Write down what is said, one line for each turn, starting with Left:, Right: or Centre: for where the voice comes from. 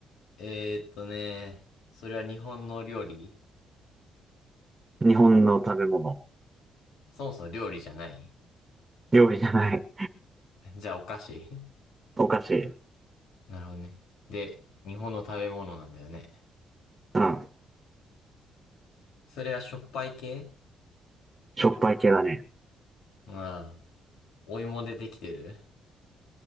Left: えーっとね。それは日本の料理
Right: 日本の食べ物。
Left: そもそも料理じゃない
Right: 料理じゃない。
Left: じゃあ、お菓子
Right: お菓子。
Left: <laughs> なるほどね。で、日本の食べ物なんだよね。
Right: うん。
Left: それはしょっぱい系
Right: しょっぱい系だね。
Left: まあ、お芋でできてる